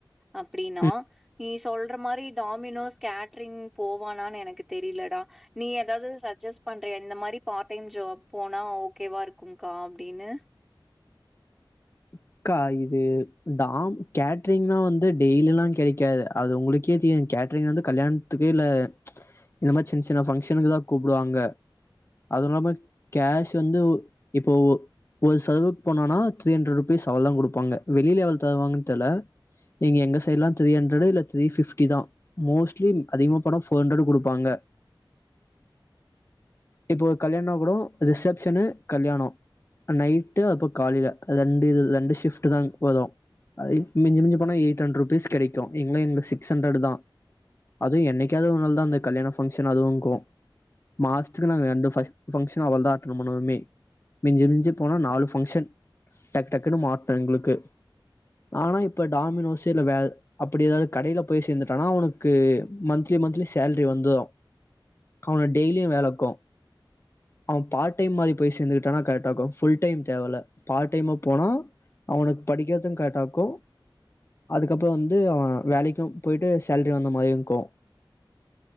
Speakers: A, in the centre; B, on the left (about 30°).
A: அப்படினா
B: ம்
A: நீ சொல்ற மாரி டாமினோஸ் கேட்ரிங் போவானான் எனக்கு தெரிலடா நீ எதாவ்து சஜெஸ்ட் பண்றியா இந்த மாரி பார்ட் டைம் ஜாப் போனா ஓகேவா இருக்கும்க்கா அப்டினு
B: அக்கா இது டாம் கேட்ரிங்னா வந்து டெய்லிலா கெடைக்காது அது உங்களுக்கே தெரியு கேட்ரிங் வந்து கல்யாண்த்துக்கு இல்ல இந்த மாரி சின் சின்ன ஃபங்ஷனுக்கு தா கூப்டுவாங்க அது இல்லாம கேஷ் வந்து ஒ இப்போ ஒ ஒரு சர்வுக் போனோனா த்ரீ அண்ட்ரெட் ருப் பீஸ் அவ்ளோ தா குடுப்பாங்க வெளில எவ்ள தருவாங்கன் தெர்ல, இங்க எங்க சைட்ல்லா திரி அன்ட்ரடூ இல்ல திரி ஃபிப்டி தா, மோஸ்லி அதிகமா போனா ஃபோர் அன்ட்ரடூ குடுப்பாங்க இப்ப ஒரு கல்யாண்னா கூடோ ரிசேப்ஷனு, கல்யாணோ நைட்டு அப்ப காலில <unintelligible> ரெண்டுி் தான் ரெண்டு ஷிபட் தான் போடும். அது மிஞ்சி மிஞ்சி போனா எய்ட் ஹண்ட்ரட் ருபிஸ் கெடைக்கும். இங்க சிக்ஸ் ஹண்ட்ரட் தான் அதுவும் என்னைக்காவது ஒரு நாள் தான் அந்த கல்யாண ஃபங்ஷன் அதுவும் இருக்கும் மாசத்துக்கு நா ரெண்டு ஃபங்சன் தான் அட்டெண்ட் பண்ணுவுமே மிஞ்சி மிஞ்சி போனா நாலு ஃபங்க்ஷன் டக் டக்குனு மாட்ணு எங்களுக்கு ஆனா இப்ப டாமினோஸ் இல்ல வே அப்படி எதாவது கடைல போய் சேந்துட்டானா அவனுக்கு மந்த்லி மந்த்லி சேலரி வந்துரு அவனு டெய்லியு வேல இக்கு அவ பார்ட் டைம் மாரி போய் சேந்துகிட்டானா கரெட்டாக்கு ஃபுல் டைம் தேவல்ல பார்ட் டைமா போனா அவனுக் படிக்கற்து கரெட்டாக்கு அதுக்கப்புறம் வந்து அவ வேலைக்கும் போயிட்டு சேலரி வந்த மதிய கு